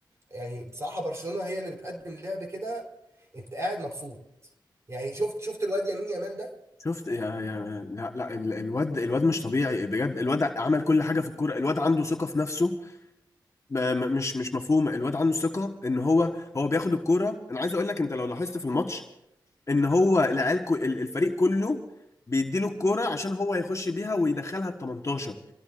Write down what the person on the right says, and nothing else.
يعني بصراحه برشلونه هي اللي بتقدم لعب كده انت قاعد مبسوط يعني شفت شفت الواد يمين يامال